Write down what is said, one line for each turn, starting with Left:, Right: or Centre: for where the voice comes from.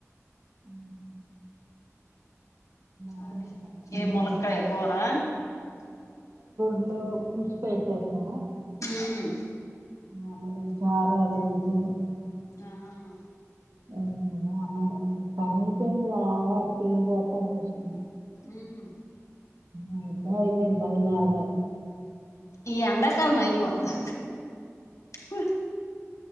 Right: ఉం అదే
Left: అరే ఏ మొలక్కయ కోరా
Right: ఒ పులుసుపెట్టేసా
Left: ఉహుం
Right: ఆ న మీకు చారు అదే ఎందుకు
Left: ఆహా
Right: అన్నడు పని అపోయింది అలాగా <unintelligible> కూసున్న
Left: ఉహు
Right: ఉం ఎప్పుడో అయిపోయింది పదిన్నరకే
Left: ఈ ఎండ కాలం అయిపోద్దా పో